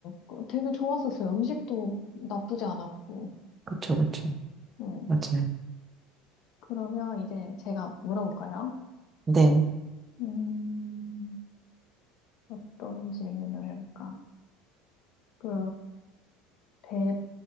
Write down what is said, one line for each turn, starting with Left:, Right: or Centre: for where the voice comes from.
Left: 그- 되게 좋았었어요. 음식도 나쁘지 않았고,
Right: 그쵸, 그쵸.
Left: 음.
Right: 맞아요.
Left: 그러면 이제 제가 물어볼까요?
Right: 네.
Left: 음, 어떤 질문을 해볼까? 그, 대,